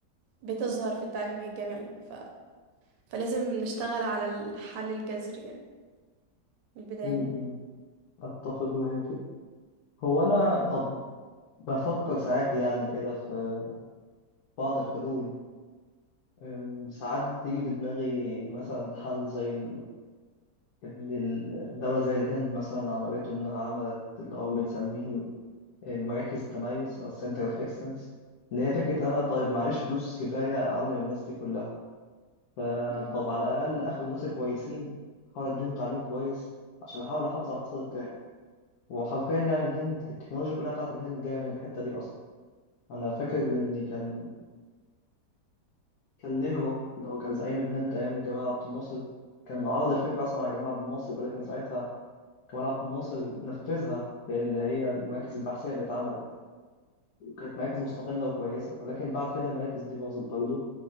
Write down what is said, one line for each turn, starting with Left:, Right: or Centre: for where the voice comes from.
Right: بتظهر في التعليم الجامعي ف... فلازم نشتغل على الحل الجذري يعني من البداية
Left: م- م، أتفق معاك هو أنا طب بفكر ساعات يعني كده في بعض الحلول أم، ساعات بتيجي في دماغي مثلا حل زي ال- اللي الدولة زي الهند مثلا عملته إنها عملت اللي هو بنسميهم أه، مراكز تميز أو Center of Excellence اللي هي فكرة إن أنا طيب معيش فلوس كفاية أعلم الناس دي كلها فطب
Right: مهم.
Left: على الأقل آخد الناس الكويسين أحاول أديهم تعليم كويس عشان أحاول أحافظ على الاقتصاد بتاعي وحرفيا يعني الهند التكنولوجيا كلها بتاعت الهند جاية من الحتة دي أصلا أنا فاكر إني كان كان نهرو اللي هو كان زعيم الهند أيام جمال عبد الناصر كان عرض الفكرة أصلا على جمال عبد الناصر ولكن ساعتها جمال عبد الناصر نفذها في اللي هي المراكز البحثية اللي اتعملت وكانت مراكز مستقلة وكويسة ولكن بعد كده المراكز دي باظت برضه